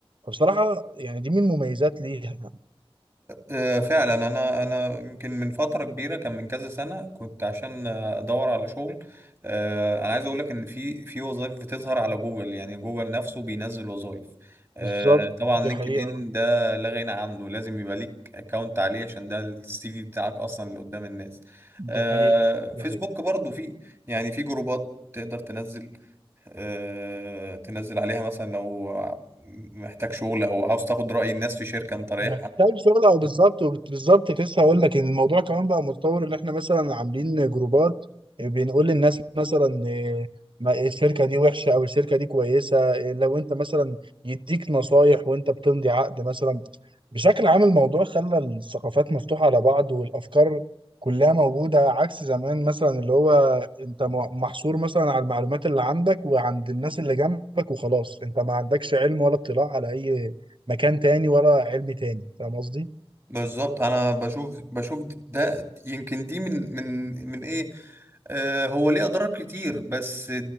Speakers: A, on the right (about 55°); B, on the right (about 25°).
A: فبصراحه يعني دي من المميزات ليها
B: آه، فعلا انا انا يمكن من فتره كبيره كان من كذا سنه كنت عشان آه، ادور على شغل آه، انا عايز اقول لك ان في في وظائف بتظهر على جوجل يعني جوجل نفسه بينزل وظائف آه،
A: بالظبط
B: طبعا
A: دي
B: لينكد
A: حقيقه
B: ان ده لا غنى عنه لازم يبقى ليك اكونت عليه عشان ده السي في بتاعك اصلا اللي قدام الناس آه،
A: دي حقيقه
B: فيسبوك
A: دي حقيقه
B: برضو في يعني في جروبات تقدر تنزل آه، تنزل عليها مثلا لو محتاج شغل او عاوز تاخد رأي الناس في شركة انت رايحها
A: محتاج شغل او بالظبط وبت- بالظبط كنت لسه هقول لك ان الموضوع كمان بقى متطور ان احنا مثلا عاملين جروبات بنقول للناس مثلا إيه، ما- الشركه دي وحشه او الشركه دي كويسه إيه، لو انت مثلا يديك نصايح وانت بتمضي عقد مثلا بشكل عام الموضوع خلى الثقافات مفتوحه على بعض والافكار كلها موجوده عكس زمان مثلا اللي هو انت م- محصور مثلا على المعلومات اللي عندك وعند الناس اللي جنبك وخلاص انت ما عندكش علم ولا اطلاع على اي مكان تاني ولا علم تاني فاهم قصدي؟
B: بالظبط انا بشوف بشوف ده يمكن دي من من من ايه آه هو ليه اضرار كتير بس